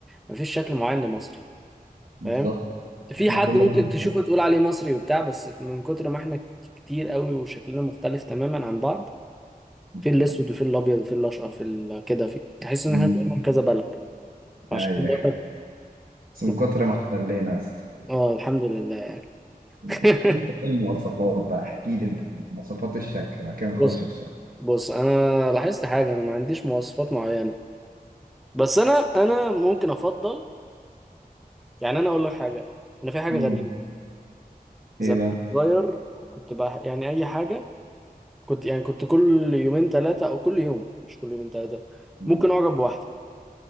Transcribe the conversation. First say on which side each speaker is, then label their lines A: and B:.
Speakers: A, in the centre; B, on the right.
A: مفيش شكل معين لمصري
B: بالظبط
A: فاهم في
B: احنا
A: حد
B: كلنا
A: ممكن
B: كهرباء
A: تشوفه تقول عليه مصري وبتاع بس من كتر ما احنا كتير قوي وشكلنا مختلف تماما عن بعض
B: مش
A: في الاسود
B: عارف.
A: وفي الابيض وفي الاشقر في ال- كده في تحس ان
B: مم.
A: احنا بقينا من كذا بلد عشان
B: ايوه
A: كده بقول
B: بس من
A: لك
B: كتر ما احتلينا يا اسطى.
A: اه الحمد لله <laughs>
B: انت ايه المواصفات بقى احكي لي انت كده مواصفات الشكل بعد كده نخش
A: بص
B: في الشكل
A: بص انا لاحظت حاجه انا ما عنديش مواصفات معينه بس انا انا ممكن افضل يعني انا اقول لك حاجه انا في حاجه
B: مم.
A: غريبه زمان
B: ايه بقى
A: كنت صغير كنت بقى يعني اي حاجه كنت يعني كنت كل يومين ثلاثه او كل يوم مش كل يومين ثلاثه
B: مم.
A: ممكن اعجب بواحده